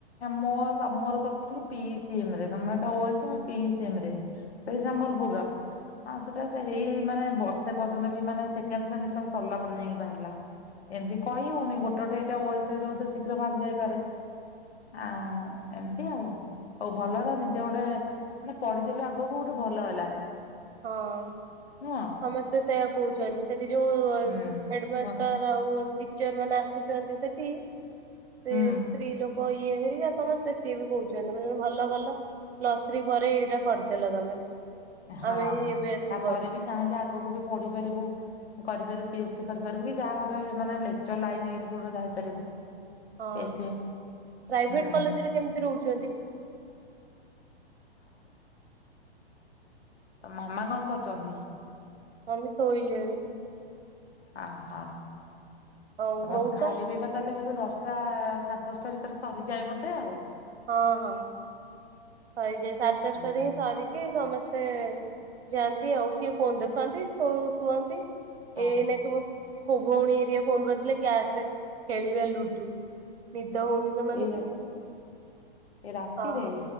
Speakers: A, on the left; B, on the right.
A: ମୋ ମୋର କରିଥିଲି ପି ସଏମ ରେ ତମର ଏଟା ପି ରେ ସେଇ ସମ୍ବଲପୁର ହଁ ସେଟା ସେଇ ମାନେ ବର୍ଷେ ପର୍ଯ୍ୟନ୍ତ ବି ମାନେ ସେକେଣ୍ଡ ସେମିଷ୍ଟର ସରିଲା ପରେ ଯାଇକି ବାହାରିଲା ଏମିତି କହି ହଉନି ଗୋଟେଠ ଏଇଟା ଓଏସ ଶୀଘ୍ର ବାହାରି ଯାଇପାରେ ଆ ଏମତି ଆଉ ଆଉ ଭଲର ନିଜ ଗୋଟେ ମାନେ ପଢିଦଲେ ଆ ଆଗକୁ ଗୋଟେ ଭଲ ହେଲା।
B: ହଁ
A: ନୁହଁ।
B: ସମସ୍ତେ ସେ କହୁଛନ୍ତି। ସେଠି ଯୋଉ
A: ହୁଁ
B: ହେଡମାଷ୍ଟର
A: ବ
B: ଆଉ ଟିଚର ମାନେ ଆସୁଛନ୍ତି ସେଠି ସେ
A: ହୁଁ
B: ସ୍ତ୍ରୀ ଲ କ ଇଏ ହେରି ଆ ସମସ୍ତେ ସିଏ ବି କହୁଛନ୍ତି। କ ଭଲ କଲ ପ୍ଲସ ଥ୍ରୀ ପରେ ଏଇଟା କରିଦେଲ ତମେ।
A: ହଁ
B: ଆମେ ହିଁ ଏବେ ଆସିକି
A: ତାପରେ
B: କରୁଛୁ।
A: ବି ଚାହିଁଲେ ଆଗକୁ ବି ପଢିପାରିବୁ କରିବାର ପି ଏଚ କରିପାରିବୁ କି ଯାହା ଗୋଟେ ମାନେ ଲେଚର ଲାଇନ ଯାଇପାରିବୁ।
B: ହଁ
A: ଏବେ
B: ପ୍ରାଇଭେଟ
A: ହୁଁ
B: କଲେଜରେ କେମିତି ରହୁଛନ୍ତି।
A: ତ ମାମା କଣ କର ଅଛନ୍ତି।
B: ମମି ସୋଇଲଣି?
A: ହ ହୋ।
B: ହଉ
A: ସମସ୍ତେ
B: ମଉସା
A: ଖାଇବା ପିଇବା ତାହେଲେ ବୋଧେ ଦଶ ଦଶଟା ସାଢେ ଦଶଟା ଭିତରେ ସରିଯାଏ ବୋଧେ ଆଉ।
B: ହଁ ହଁ। ସଇଯାଏ ସାଢେ ଦଶଟାରେ
A: ହୁଁ
B: ହିଁ ସରିକି ସମସ୍ତେ। ଯାଆନ୍ତି ଆଉ କିଏ ଫୋନ ଦେଖାନ୍ତି ଶୁଅନ୍ତି।
A: ହଁ
B: ଏକ। ହୋ ଭଉଣୀ ଏରିଆ ଫୋନ କରିଥିଲେ କି ଆସେ ଖେଳିବା ଲୁଡୁ। ହଉନି ସେମାନଙ୍କୁ
A: ଏଇ ଏ ରାତିତି
B: ହଁ
A: ରେ